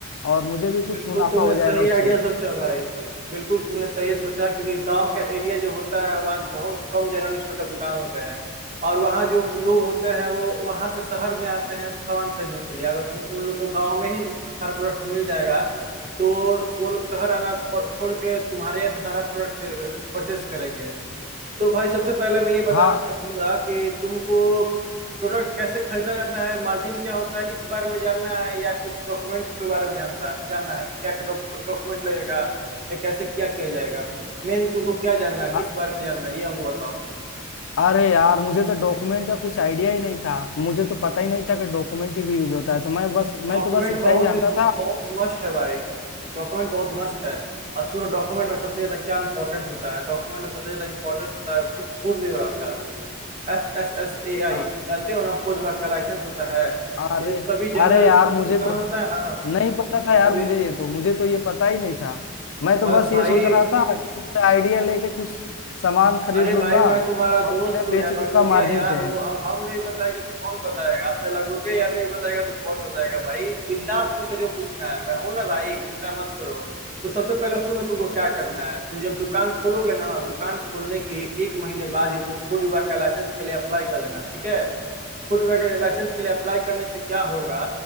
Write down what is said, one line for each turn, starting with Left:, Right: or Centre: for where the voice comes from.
Left: और मुझे भी कुछ
Right: बिल्कुल
Left: मुनाफा
Right: तुमने
Left: हो
Right: सही
Left: जाएगा उससे
Right: आइडिया सोचा भाई बिल्कुल तुमने सही सोचा क्योंकि गांव का एरिया जो होता है वहाँ बहुत कम जनरल स्टोर का दुकान होते हैं और वहाँ जो लोग होते हैं वो वहाँ से शहर में आते हैं सामान खरीदने के लिए अगर तुम उन लोग को गांव में ही सारा प्रोडक्ट मिल जाएगा तो वो लोग शहर आना ब- छोड़ के तुम्हारे यहाँ से सारा प्रोडक्ट से परचेस करेंगे तो भाई सबसे पहले मैं ये बताना
Left: हाँ
Right: चाहूंगा कि तुमको प्रोडक्ट कैसे खरीदा जाता है मार्जिन क्या होता है इस बारे में जानना है या कुछ डॉक्यूमेंट्स के बारे में जानता है जानना है कि क्या क्या डॉक्यूमेंट लगेगा या कैसे क्या किया जाएगा मेन तुमको क्या जानना है किस
Left: अ-
Right: बारे में जानना है ये हमको बताओ
Left: अरे यार मुझे तो डॉक्यूमेंट का कुछ आइडिया ही नहीं था मुझे तो पता ही नहीं था कि डॉक्यूमेंट ही भी यूज होता है तो मैं बस मैं
Right: डॉक्यूमेंट
Left: तो बस इतना
Right: बहुत
Left: ही जानता
Right: इस बहुत मस्ट है भाई डॉक्यूमेंट बहुत मस्ट है और सुनो डॉक्यूमेंट में सबसे ज्यादा क्या इंपॉर्टेंट होता है डॉक्यूमेंट में सबसे ज्यादा इंपॉर्टेंट होता है फूड विभाग का एफ एस एस ए आई
Left: था
Right: जानते हो ना फूड विभाग का लाइसेंस होता है तो
Left: अरे
Right: ये सभी जनरल
Left: अरे यार
Right: स्टोर
Left: मुझे
Right: का दुकान
Left: तो
Right: होता है ना
Left: नहीं पता
Right: ये
Left: था यार
Right: सभी
Left: मुझे ये तो मुझे तो ये पता ही नहीं था मैं तो
Right: बस
Left: बस
Right: भाई
Left: ये सोच रहा था कि तुमसे आइडिया लेके कुछ सामान खरीद
Right: अरे
Left: लूंगा
Right: भाई मैं तुम्हारा
Left: और
Right: दोस्त
Left: उन्हें
Right: हूँ
Left: बेच
Right: यार
Left: दूंगा
Right: लंगोटिया
Left: मार्जिन
Right: यार
Left: पे
Right: हूँ अब हम नहीं बताएंगे तो कौन बताएगा आपने लंगोटिया यार नहीं बताएगा तो कौन बताएगा भाई बिंदास पूछो जो पूछना है मैं हूं ना भाई चिंता मत करो तो सबसे पहले सुनो तुमको क्या करना है तुम जब दुकान खोलोगे ना दुकान खोलने के एक महीने बाद ही तुम फूड विभाग का लाइसेंस के लिए अप्लाई कर देना ठीक है फूडवेयर लाइसेंस के लिए अप्लाई करने से क्या होगा